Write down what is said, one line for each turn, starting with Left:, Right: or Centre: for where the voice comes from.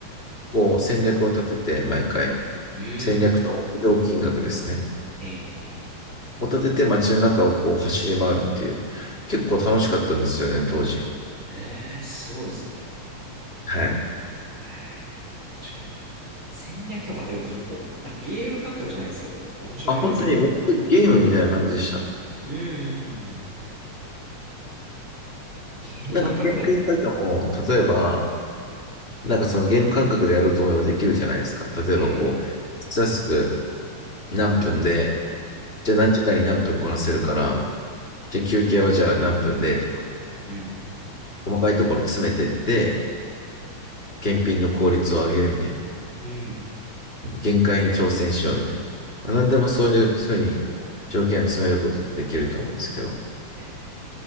Left: こう戦略を立てて、毎回、
Right: うん、
Left: 戦略と料金額ですね。
Right: ええ、
Left: を立てて街の中をこう走り回るっていう、結構楽しかったんですよね、当時。
Right: ええ、すごいですね。
Left: はい。
Right: ええ確かに。戦略と立てるとちょっと、なんかゲーム感覚じゃないですけど、面白みはありそ
Left: あ、本当にめっちゃゲームみたいな感じでした。
Right: う。うん、うん、うんうん。ゲーム感覚で
Left: なんか、検定作業も、例えば、なんかそのゲーム感覚でやろうと思えばできるじゃないですか。例えばこう、
Right: ええ
Left: タスク何分で、
Right: うん、
Left: じゃあ何時間に何分こなせるから、じゃあ休憩はじゃあ何分でとか、
Right: うん、うん、うん。
Left: 細かいところ詰めてって、検品の効率を上げるみたいな。
Right: うん、
Left: 限界に挑戦しようみたいな。まあ、
Right: うん
Left: 何でもそういうふうに条件詰めることってできると思うんですけど。
Right: ええ、